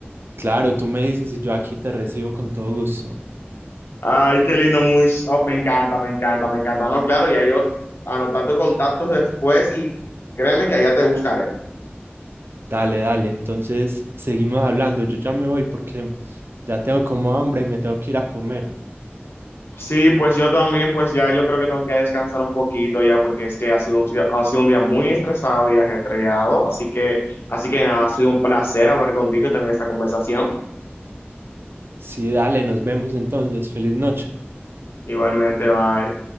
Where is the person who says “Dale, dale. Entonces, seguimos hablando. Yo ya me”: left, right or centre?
Right